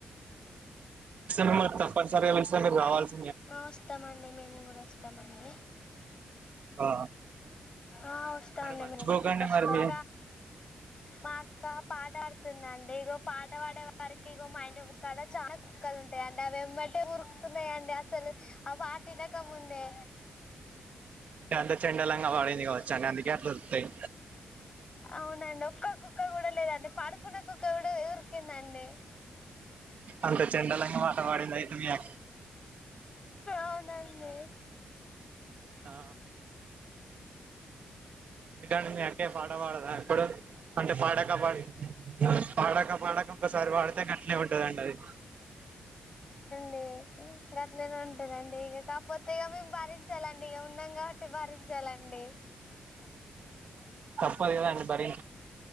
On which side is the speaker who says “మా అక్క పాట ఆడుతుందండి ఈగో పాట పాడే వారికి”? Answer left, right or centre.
Left